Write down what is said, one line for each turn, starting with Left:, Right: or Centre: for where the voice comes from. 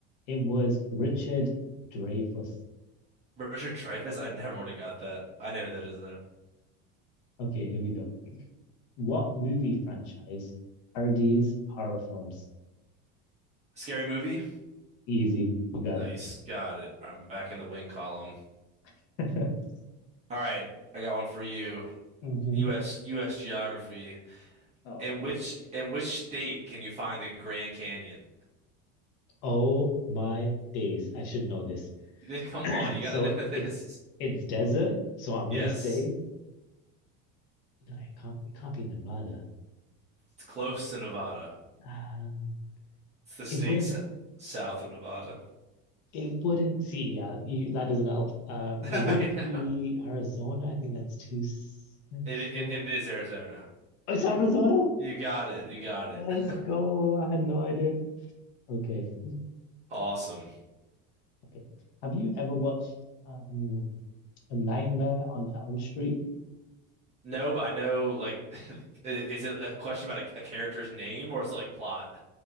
Left: It was Richard Dreyfuss.
Right: Richard Dreyfuss? I never would have got that. I know who that is though.
Left: Okay, here we go. What movie franchise parodies horror films?
Right: Scary movie?
Left: Easy. You got
Right: Nice.
Left: it.
Right: Got it. I'm back in the win column.
Left: <laughs>
Right: All right, I got one for you.
Left: hmm
Right: U.S. U.S. geography.
Left: Oh,
Right: In
Left: God.
Right: which
Left: Okay.
Right: in which state can you find the Grand Canyon?
Left: Oh my days. I should know this.
Right: <laughs> Come on, you got
Left: So
Right: to know this.
Left: it's it's desert. So I'm gonna
Right: Yes,
Left: say no, it can't it can't be Nevada.
Right: it's close to Nevada.
Left: Um
Right: It's the state
Left: it wouldn't
Right: se- south of Nevada.
Left: it wouldn't see yeah, you, that doesn't help. Um
Right: <laughs>
Left: it
Right: I
Left: wouldn't
Right: know.
Left: be Arizona. I think that's too central.
Right: It, it it is Arizona.
Left: Oh, it's Arizona?
Right: You got it. You got
Left: Let's
Right: it. <laughs>
Left: go. I had no idea. Okay,
Right: Awesome.
Left: okay. Have you ever watched um, A Nightmare on Elm Street?
Right: No, but I know like <laughs> is it a question about a, a character's name or is it like plot?